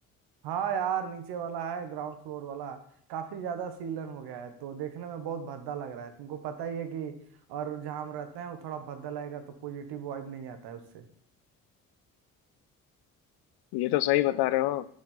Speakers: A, on the right (about 65°); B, on the left (about 65°).
A: हाँ यार नीचे वाला है ग्राउंड फ्लोर वाला काफी ज्यादा सीलन हो गया है तो देखने में बहुत भद्दा लग रहा है तुमको पता ही है कि और जहाँ हम रहते हैं वो थोड़ा भद्दा लगेगा तो पॉजिटिव वाइब नहीं आता है उससे
B: ये तो सही बता रहे हो